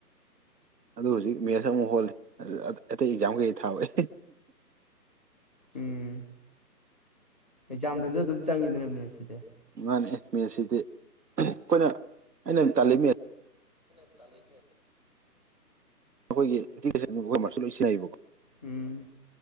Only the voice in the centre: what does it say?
ꯎꯝ ꯑꯦꯛꯖꯥꯝꯗꯁꯨ ꯑꯗꯨꯝ ꯆꯪꯉꯤꯗꯅ ꯃꯦꯠꯁꯤꯗꯤ
ꯇꯥꯂꯤ
ꯎꯝ